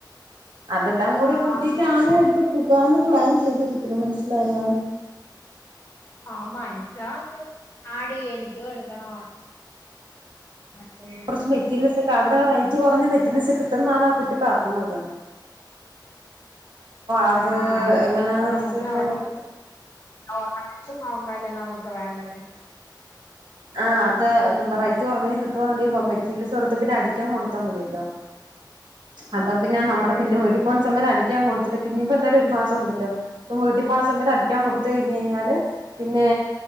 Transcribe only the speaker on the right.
അതെല്ലാം കൂടി
കൂട്ടിയിട്ടാണ് ഇപ്പൊ പുകാന്ന് പ്ലാൻ ചെയ്തിരിക്കുന്നത് മനസ്സിലായാ
കൊർച്ച് മെറ്റീരിയൽസ് ഒക്കെ അവിടെ റേറ്റ് കൊറഞ്ഞ മെറ്റീരിൽസ് കിട്ടുന്നാണാകുട്ടിപർഞ്ഞത്. അത്
എങ്ങനെയാന്ന്
വെച്ച് കഴിഞ്ഞാൽ
നോക്കിട്ട്
ആഹ് അത് നുമ്മ റൈറ്റ് കൊറവിന് കിട്ടുവന്നൊണ്ടേൽ കൊ മെറ്റീരിയൽസ് കൊടുത്ത് പിന്നെ അടിക്കാൻകൊടുത്താ മതിയല്ലോ. അപ്പം പിന്ന നമ്മള്
പിന്നെ
വീട്ടി പോണ് സമയത്ത് അടിക്കാൻകൊടുത്തിട്ട് പിന്നെ ഇപ്പൊന്തായാലും ഒരു മാസോണ്ടല്ലോ പ്പം വീട്ടി പോണ സമയത്ത് അടിക്കാൻ കൊടുത്ത് കഴിഞ്ഞ് കഴിഞ്ഞാല് പിന്നേ.